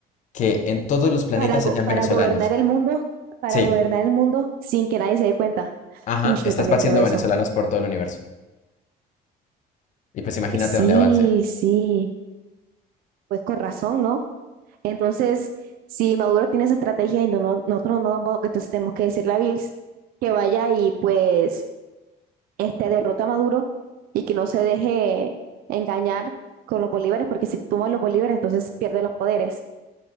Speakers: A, on the left; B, on the right.
A: que en todos los planetas
B: Para, go-
A: hayan
B: para
A: venezolanos.
B: gobernar el mundo, para
A: Sí,
B: gobernar el mundo sin que nadie se dé cuenta.
A: ajá,
B: Uy,
A: está
B: yo también
A: esparciendo
B: creo eso.
A: venezolanos por todo el universo. Y pues imagínate
B: Sí,
A: dónde avance.
B: sí, pues con razón, ¿no? Entonces, si Maduro tiene esa estrategia y no, no- nosotros no vamos, entonces tenemos que decirle a Bills que vaya y pues este, derrota a Maduro y que no se deje engañar con los bolívares, porque si toma los bolívares, entonces pierde los poderes.